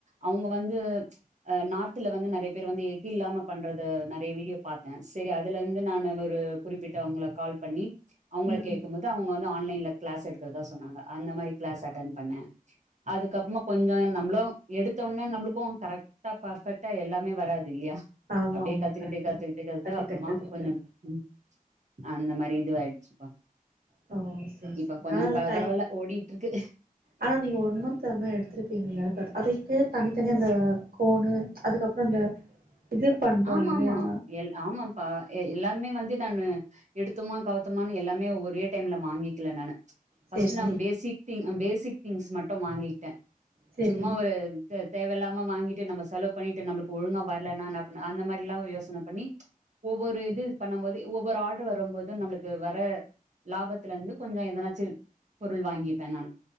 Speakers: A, on the right; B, on the right.
A: அவங்க வந்து ஆ நார்த்ல வந்து நெறைய பேர் வந்து எக் இல்லாம பண்றது நெறைய வீடியோ பாத்தே சரி அதுல இருந்து நானு ஒரு குறிப்பிட்டு அவங்கள கால் பண்ணி அவங்கள
B: ம்
A: கேக்கும்போது
B: ம்
A: அவங்க வந்து ஆன்லைன்ல க்ளாஸ் எடுக்கறதா சொன்னாங்க அந்த மாரி க்ளாஸ் அட்டன் பண்ணே அதுக்கப்பறமா கொஞ்சோ நம்மளு எடுத்தோடனே நம்மளுக்கு கரெக் ட்டா பர்ஃபெக்ட்டா எல்லாமே வராது இல்லையா
B: ஆமா
A: அப்டியே
B: ஆமா
A: கத்துக்கிட்டு
B: கரெக்ட்டு
A: கத்துக்கிட்டு கத்துட்டு
B: கத்துக்கிட்டே
A: அப்பறமா
B: கத்துக்கிட்டே
A: கொஞ்சோ ம் அந்த மாரி இதுவாயிடுச்சுப்பா
B: ஓ செரி செரி
A: இப்ப கொஞ்ச
B: ஆனா அது
A: ப
B: டைம்
A: பரவால்ல ஓடிட்ருக்கு
B: ஆனா நீங்க ஒன் மந்த் அந்தமாரி எடுத்துருப்பீங்கங்கள அதுக்கு தனித்தனி அந்த கோணு அதுக்கப்பறோ அந்த இது பண்றாங்க
A: ஆமா
B: இல்லையா
A: ஆமா எ ஆமாப்பா எ எல்லாமே வந்து நானு எடுத்தமா கவுத்தோமானு எல்லாமே ஒரே டைம்ல வாங்கிக்கல நானு ஃபஸ்ட்டு
B: செரி செரி
A: நா பேசிக் திங் பேசிக் திங்ஸ் மட்டு வாங்கிட்டே
B: செரி
A: சும்மா ஒரு தே தேவையில்லாம வாங்கிட்டு நம்ம செலவு பண்ணிட்டு நம்ளுக்கு ஒழுங்கா வரலனா என்ன பண்ண அந்த மாரிலா யோசன பண்ணி ஒவ்வொரு இது பண்ணும் போது ஒவ்வொரு ஆர்டர் வரும்போது நம்மளுக்கு வர லாபத்துல இருந்து கொஞ்சோ எதனாச்சு பொருள் வாங்கிப்பே நான்